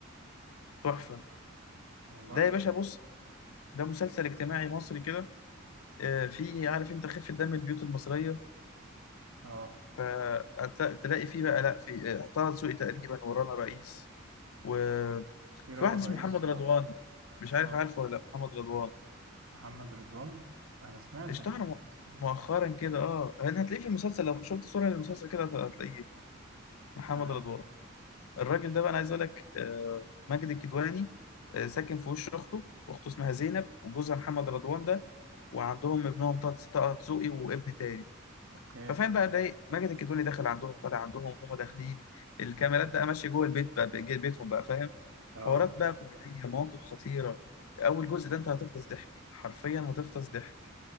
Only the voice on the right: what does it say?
والله
اه
في رنا
رئيس
اه
اه
محمد رضوان انا سمعت
ال-
اسمه ده
تمام
اوكي
مم.
اه